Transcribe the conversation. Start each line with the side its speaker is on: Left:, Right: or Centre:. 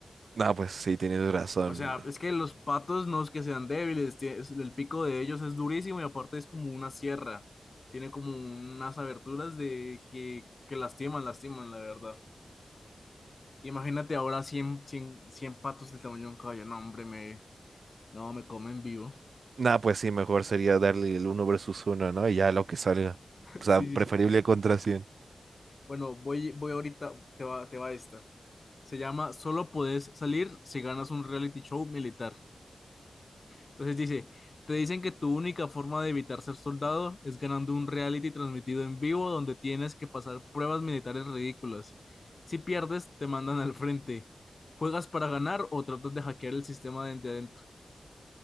Right: No, pues sí, tienes razón.
Left: O sea, es que los patos no es que sean débiles, tie- es- el pico de ellos es durísimo y aparte es como una sierra. Tiene como unas aberturas de que, que lastiman, lastiman, la verdad. Imagínate ahora cien cien 100 patos del tamaño de un caballo. No, hombre, me, no, me comen vivo.
Right: No, pues sí, mejor sería darle el 1 versus uno, ¿no? Y ya lo que salga.
Left: <laughs>
Right: O
Left: Sí,
Right: sea, preferible
Left: sí, sí.
Right: contra 100.
Left: Bueno, voy, voy ahorita, te va, te va esta. Se llama Solo podés salir si ganas un reality show militar. Entonces dice, te dicen que tu única forma de evitar ser soldado es ganando un reality transmitido en vivo donde tienes que pasar pruebas militares ridículas. Si pierdes, te mandan al frente. ¿Juegas para ganar o tratas de hackear el sistema desde adentro?